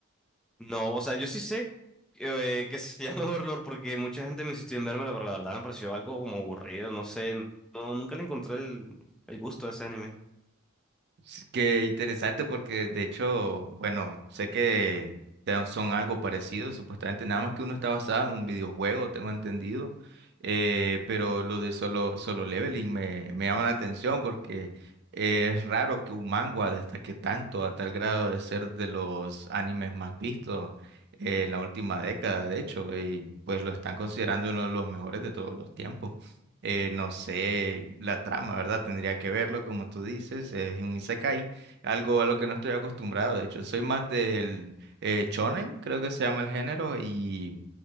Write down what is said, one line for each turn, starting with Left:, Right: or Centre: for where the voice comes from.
Centre: No, o sea, yo sí sé eh, que se llama <laughs> Overlord porque mucha gente me insistió en vérmela, pero la verdad me pareció algo como aburrido, no sé. No, nunca le encontré el, el gusto a ese anime.
Right: Sí, Qué interesante porque de hecho, bueno, sé que te- son algo parecido, supuestamente, nada más que uno está basado en un videojuego, tengo entendido, eh, pero lo de solo, solo leveling me, me llama la atención porque eh, es raro que un manga destaque tanto a tal grado de ser de los animes más vistos eh, en la última década, de hecho, y pues lo están considerando uno de los mejores de todos los tiempos eh, no sé, la trama, ¿verdad? Tendría que verlo, como tú dices, es un isekai, algo a lo que no estoy acostumbrado, de hecho, soy más del eh, shonen, creo que se llama el género, y